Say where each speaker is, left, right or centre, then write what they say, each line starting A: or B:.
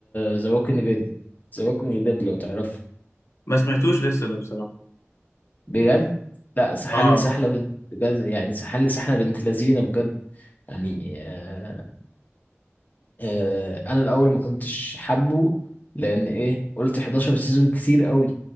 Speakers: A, on the left (about 40°); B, on the left (about 70°).
A: ذا ووكينج ديد ذا ووكينج ديد لو تعرفه
B: ما سمعتوش لسه ده بصراحة
A: بجد لا سحلني
B: اه
A: سحلة بنت بجد يعني سحلني سحلة بنت لذينة بجد يعني آه آه انا الاول ما كنتش حابه لان ايه قلت 11 سيزون كتير قوي